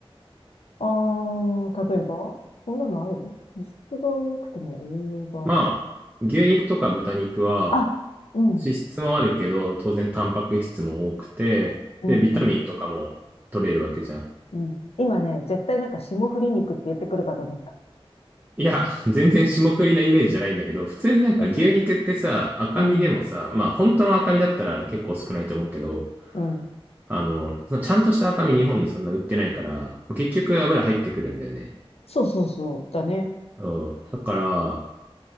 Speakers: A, on the left; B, on the right.
A: ああ、例えばそんなのあるの脂質が多くても栄養がある。
B: まあ、牛肉とか豚肉は、
A: あ、うん、
B: 脂質もあるけど、当然タンパク質も多くて、
A: うん、
B: で、ビタミンとかも取れるわけじゃん。
A: うん、うん。今ね、絶対なんか霜降り肉って言ってくるかと思った。
B: いや、<laughs> 全然霜降りのイメージじゃないんだけど、普通になんか牛肉ってさ、
A: <laughs>
B: 赤身でもさ、
A: うん、
B: まあ本当の赤身だったら結構少ないと思うけど、
A: うん。
B: あの、そのちゃんとした赤身日本にそんな売ってないから、結局油入ってくるんだよね。
A: そうそうそう、だね。
B: そう。だから、